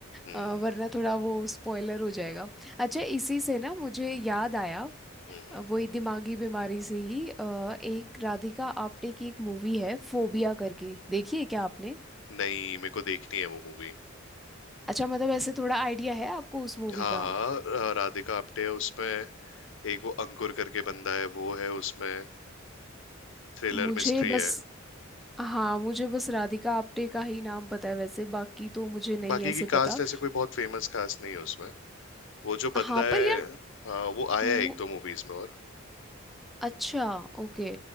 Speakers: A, on the left; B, in the centre.
A: हम्म
B: अ, वरना थोड़ा वो स्पॉइलर हो जाएगा अच्छा इसी से ना मुझे याद आया
A: हम्म,
B: अ, वही दिमागी बीमारी से ही अ, एक राधिका आप्टे की एक मूवी है फोबिया
A: हम्म।
B: करके देखिए क्या आपने
A: नहीं मेरे को देखनी है वो मूवी
B: अच्छा मतलब ऐसे थोड़ा आइडिया है आपको उस मूवी
A: हाँ
B: का
A: हाँ राधिका आप्टे है उसमें एक वो अंकुर करके बंदा है वो है उसमें थ्रिलर
B: मुझे
A: मिस्ट्री
B: बस
A: है
B: हाँ मुझे बस राधिका आप्टे का ही नाम पता है वैसे बाकी तो मुझे नहीं
A: बाकी
B: ऐसे
A: की
B: पता
A: कास्ट ऐसे कोई बहुत फेमस कास्ट नहीं है उसमें वो जो बंदा
B: हाँ
A: है
B: पर यार
A: हाँ वो आया
B: मु-
A: है एक दो मूवीज में और
B: अच्छा ओके